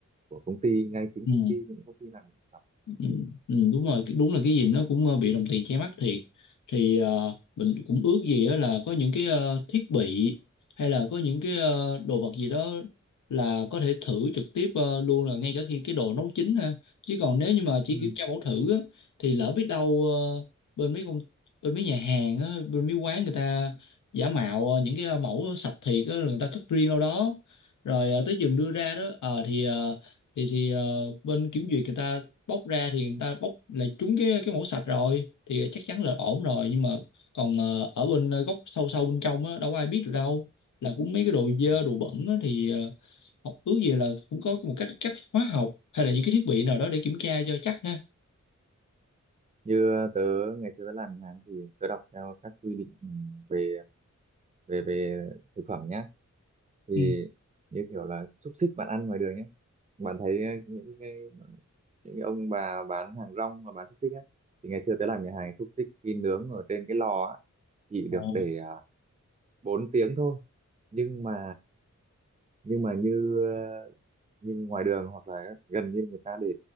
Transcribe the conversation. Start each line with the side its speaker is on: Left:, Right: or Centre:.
Right: của công ty ngay chính
Left: ừ.
Right: công ty những công ty làm thực phẩm
Left: Ừ, ừ, đúng rồi cái- đúng là cái gì nó cũng ờ, bị đồng tiền che mắt thiệt thì ờ, mình cũng ước gì á là có những cái ờ, thiết bị hay là có những cái ờ, đồ vật gì đó là có thể thử trực tiếp ờ, luôn là ngay cả khi cái đồ nấu chín ha chứ còn nếu như mà chỉ
Right: Ừ.
Left: kiểm tra mẫu thử á, thì lỡ biết đâu ờ, bên mấy công bên mấy nhà hàng á, bên mấy quán người ta giả mạo ờ, những cái ờ, mẫu sạch thiệt á, rồi người ta cất riêng đâu đó rồi ờ, tới chừng đưa ra đó ờ, thì ờ, thì thì ờ, bên kiểm duyệt người ta bóc ra thì người ta bóc lại trúng cái cái mẫu sạch rồi thì chắc chắn là ổn rồi nhưng mà còn ờ, ở bên ờ, góc sâu sâu bên trong á đâu có ai biết được đâu là cũng mấy cái đồ dơ
Right: Ừ.
Left: đồ bẩn á, thì ờ, học ước gì là cũng có một cách cách hóa học hay là những cái thiết bị nào đó để kiểm tra cho chắc ha
Right: như tớ ngày xưa tớ làm nhà hàng thì tớ đọc theo các quy định ừ, về về về thực phẩm nhá thì
Left: ừ.
Right: như kiểu là xúc xích bạn ăn ngoài đường nhé bạn thấy ờ, những cái những cái ông bà bán hàng rong mà bán xúc xích á thì ngày xưa tớ làm nhà hàng xúc xích khi nướng ở trên cái lò á chỉ được
Left: Ồ,
Right: để à, 4 tiếng thôi nhưng mà nhưng mà như ờ, như ngoài đường hoặc là gần như người ta để